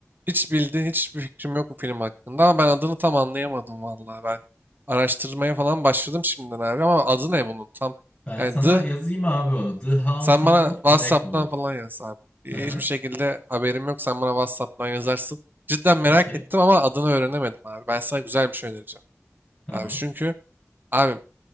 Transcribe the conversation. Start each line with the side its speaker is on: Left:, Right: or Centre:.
Right: hiç bildiğin hiçbir fikrim yok bu film hakkında ama ben adını tam anlayamadım vallahi ben. Araştırmaya falan başladım şimdiden abi ama adı ne bunun tam?
Left: ben
Right: Yani
Left: sana
Right: The
Left: yazayım abi onu. The Haunting
Right: Sen bana
Left: of
Right: WhatsApp'tan
Left: Blackwood.
Right: falan yaz abi. Hiçbir
Left: Hı hı.
Right: şekilde haberim yok. Sen bana WhatsApp'tan yazarsın. Cidden merak
Left: Okey.
Right: ettim ama adını öğrenemedim abi. Ben sana güzel bir şey önereceğim.
Left: Tamam.
Right: Abi çünkü abi